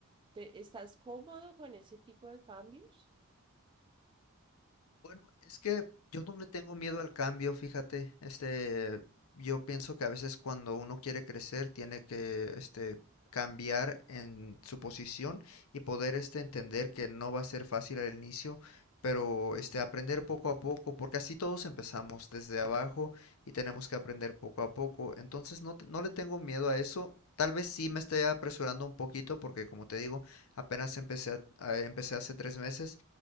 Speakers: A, on the right; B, on the left.
A: ¿Te- estás cómodo con ese tipo de cambios?
B: Bueno, es que yo no le tengo miedo al cambio, fíjate. Este, yo pienso que a veces cuando uno quiere crecer tiene que, este, cambiar en su posición y poder, este, entender que no va a ser fácil al inicio, pero, este, aprender poco a poco, porque así todos empezamos desde abajo y tenemos que aprender poco a poco. Entonces, no, te- no le tengo miedo a eso. Tal vez sí me esté apresurando un poquito porque, como te digo, apenas empecé a- a- empecé hace tres meses